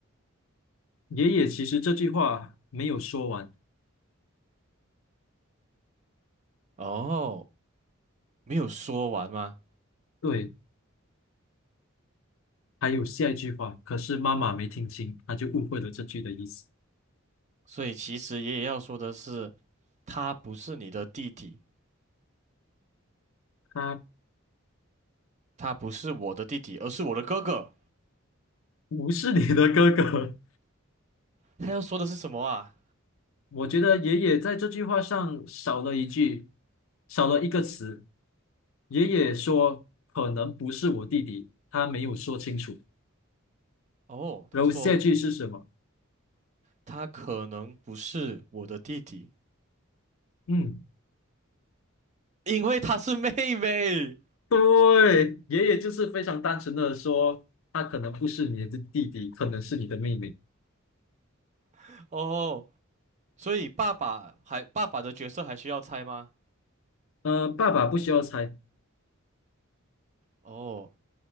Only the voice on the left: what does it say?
爷爷其实这句话没有说完。
对，还有下一句话，可是妈妈没听清，她就误会了这句的意思。
他
不是你的哥哥。
<laughs> 我觉得爷爷在这句话上少了一句，少了一个词。爷爷说可能不是我弟弟，他没有说清楚。
然后下句是什么？
嗯，
对，爷爷就是非常单纯的说，他可能不是你的弟弟，可能是你的妹妹。
呃，爸爸不需要猜。